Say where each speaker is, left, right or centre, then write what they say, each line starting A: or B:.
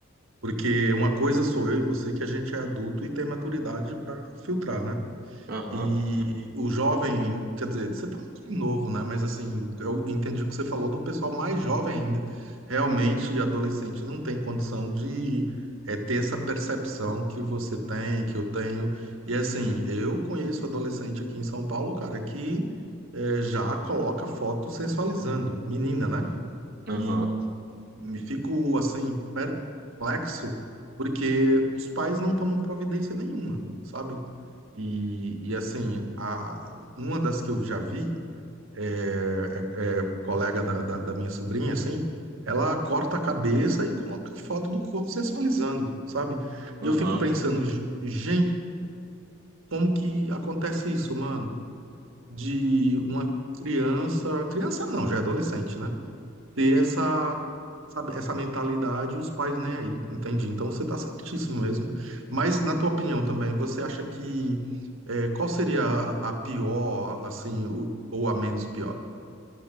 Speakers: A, on the right; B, on the right.
A: Porque uma coisa sou eu e você que a gente é adulto e tem maturidade para filtrar, né?
B: Aham,
A: E o jovem, quer dizer, você tá muito novo, né? Mas assim, eu entendi o que você falou do pessoal mais jovem ainda. Realmente, adolescente não tem condição de é, ter essa percepção que você tem, que eu tenho. E assim, eu conheço adolescente aqui em São Paulo, cara, que é, já coloca foto sensualizando, menina, né?
B: aham,
A: E me fico assim perplexo porque os pais não tomam providência nenhuma, sabe? E, e assim, a, uma das que eu já vi é, é- é colega da, da, da minha sobrinha, assim, ela corta a cabeça e coloca foto do corpo sensualizando, sabe?
B: aham.
A: E eu fico pensando, "Ge- gente, como que acontece isso, mano? De uma criança, criança não, já é adolescente, né? ter essa, sabe, essa mentalidade e os pais nem aí, entendi. Então você está certíssimo mesmo. Mas na tua opinião também, você acha que é, qual seria a, a pior, assim, o- ou a menos pior?